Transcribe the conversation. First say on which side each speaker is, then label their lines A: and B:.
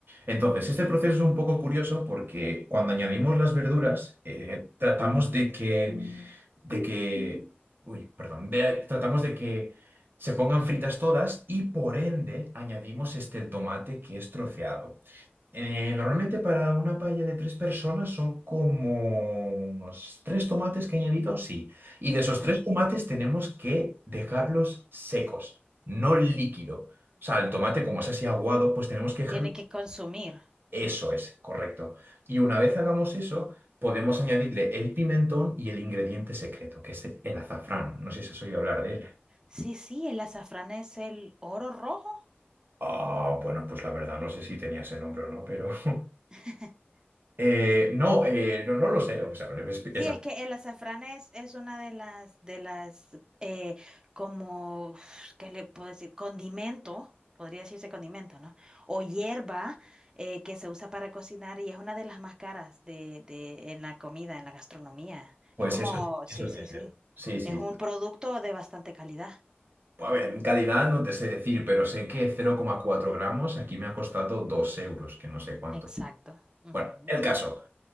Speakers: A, on the right; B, on the right.
A: Entonces, este proceso es un poco curioso porque cuando añadimos las verduras, eh, tratamos de que de que, uy, perdón, de- tratamos de que se pongan fritas todas y por ende añadimos este el tomate que es troceado. Eh, normalmente para una paella de tres personas son como unos tres tomates que he añadido, sí. Y de esos
B: Ajá.
A: tres tomates tenemos que dejarlos secos, no líquido. O sea, el tomate como es así aguado, pues tenemos que dejarlo...
B: Tiene que consumir.
A: Eso es, correcto. Y una vez hagamos eso, podemos añadirle el pimentón y el ingrediente secreto, que es el azafrán. No sé si has oído hablar de él.
B: Sí, sí, el azafrán es el oro rojo.
A: Ah, bueno, pues la verdad no sé si tenía ese nombre o no, pero... <laughs>
B: <laughs>
A: eh, no, eh, no, no lo sé. O sea, es- es-
B: Sí,
A: es-
B: es que el azafrán es, es una de las, de las, eh, como, uf, ¿qué le puedo decir? Condimento, podría decirse condimento, ¿no? O hierba eh, que se usa para cocinar y es una de las más caras de, de, en la comida, en la gastronomía.
A: Pues
B: Es como,
A: eso, eso
B: sí,
A: sí
B: sí,
A: es cierto.
B: sí.
A: Sí, sí.
B: Es un producto de bastante calidad.
A: A ver, en calidad no te sé decir, pero sé que 0,4 gramos aquí me ha costado 2 euros, que no sé cuánto.
B: Exacto. Ujú.
A: Bueno, el caso.